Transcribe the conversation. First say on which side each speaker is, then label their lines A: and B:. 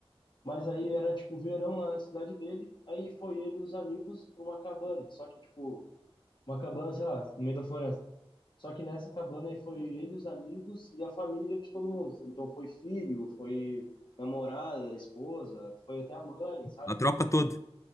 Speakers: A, on the left; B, on the left.
A: Mas aí era tipo verão lá na cidade dele. Aí foi ele e os amigos pra uma cabana. Só que, tipo, uma cabana, sei lá, no meio da floresta. Só que nessa cabana aí foi ele, os amigos e a família de todo mundo. Então foi filho, foi namorada, esposa, foi até a mãe, sabe?
B: A tropa toda.